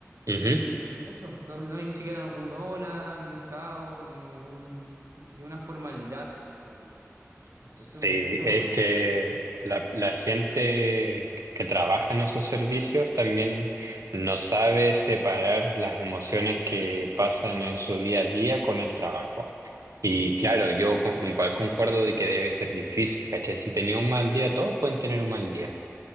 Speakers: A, on the right; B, on the right.
A: Ujú.
B: Y eso, no, no hay ni siquiera un hola, ni un chao, ni un, ni una formalidad. Como, no sé,
A: Sí,
B: eso, eso
A: es
B: me molesta.
A: que la, la gente que que trabaja en esos servicios también no sabe separar las emociones que pasan en su día a día con el trabajo. Y claro, yo con- igual concuerdo de que debe ser difícil, ¿cachai? Si tenía un mal día, todos pueden tener un mal día.